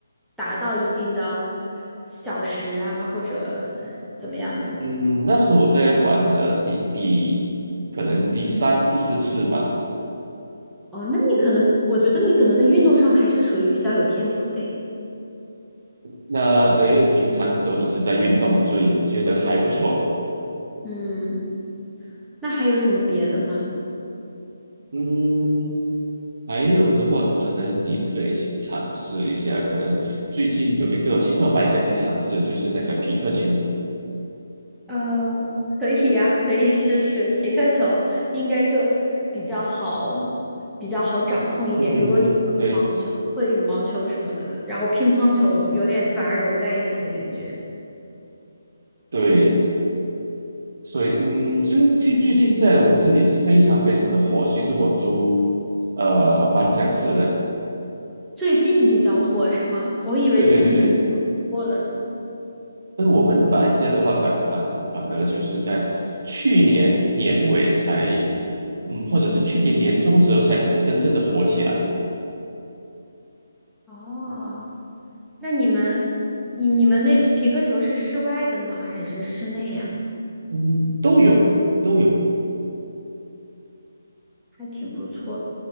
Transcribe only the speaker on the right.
嗯，那是我在玩的第第可能第三第四次吧。
那因为平常都一直在运动，所以觉得还不错。
嗯，还有的话，可能你可以去尝试一下。可能最近有一个，其实我蛮想去尝试，就是那个皮克球。
嗯哼哼，
对
对，所以嗯，就最最近在我们这里是非常非常的火。其实我都呃蛮想试的。
对对对对，那我们马来西亚的话，反反反而就是在去年年尾才，嗯，或者是去年年中时候才真真正的火起来。
嗯，都有都有。